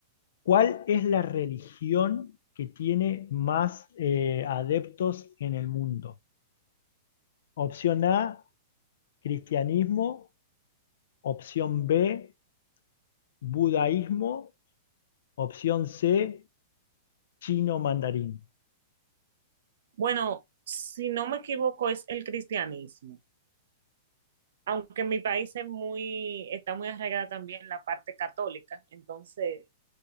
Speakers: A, on the left (about 65°); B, on the right (about 70°).
A: cuál es la religión que tiene más eh, adeptos en el mundo? Opción A, cristianismo. Opción B, budaísmo. Opción C, chino mandarín.
B: Bueno, si no me equivoco, es el cristianismo. Aunque en mi país es muy, está muy arraigada también la parte católica, entonces